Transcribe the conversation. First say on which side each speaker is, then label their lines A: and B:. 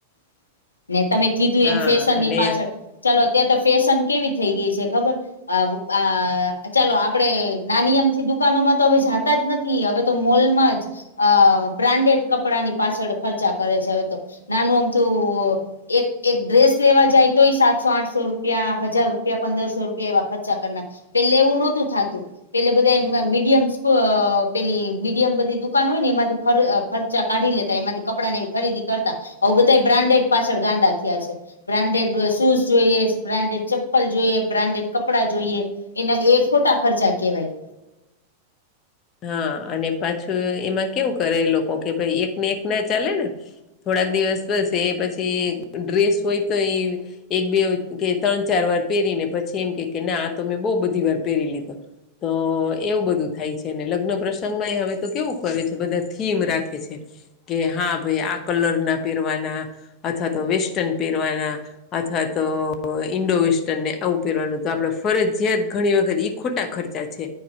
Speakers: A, on the left; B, on the left.
A: <inaudible> ને તમે કીધું
B: હા
A: એમ ફેશન
B: અને
A: ની પાછળ ચાલો ત્યાં તો ફેશન કેવી થઈ ગઈ છે ખબર આ ચાલો આપડે નાની અમથી દુકાનોમાં તો હવે જાતા જ નથી હવે તો મોલમાં જ અ બ્રાન્ડેડ કપડા ની પાછળ ખર્ચા કરે છે હવે તો નાનું અમથું એક એક ડ્રેસ લેવા જાય તોય સાતસો આઠસો રૂપિયા હજાર રૂપિયા પંદરસો રૂપિયા એવા ખર્ચા કરનાર પેલે એવું નહોતું થતું પેલે બધા મીડિયમ અ પેલી મીડિયમ બધી દુ કાન હોય ને એમાંથી ખર્ચા કાઢી લેતા એમાંથી કપડા ની ખરીદી કરતા હવે બધા બ્રાન્ડેડ પાછળ ગાંડા થયા છે. બ્રાન્ડેડ શૂઝ જોઈએ, બ્રાન્ડેડ ચપ્પલ જોઈએ, બ્રાન્ડેડ કપડા જોઈએ એના એ ખોટા ખર્ચા કેવાય.
B: હા અને પાછું એમાં કેવું કરે લોકો કે ભાઈ એક ને એક ના ચાલે ને થોડાક દિવસ બસે પછી ડ્રેસ હોય તો એ એક બે કે ત્રણ ચાર વાર પહેરીને પછી એમ કે કે ના આ તો મેં બહુ બધી વાર પહેરી લીધો. તો એવું બધું થાય છે. ને લગ્ન પ્રસંગમાં હવે તો કેવું કરે છે, બધા થીમ રાખે છે. કે હા ભાઈ આ કલરના પહેરવાના અથવા તો વેસ્ટન પહેરવાના, અથવા તો ઈન્ડોવેસ્ટર્ન ને આવું પહેરવાનું તો આપડે ફરજયાત ઘણી વખત ખોટા ખર્ચા છે,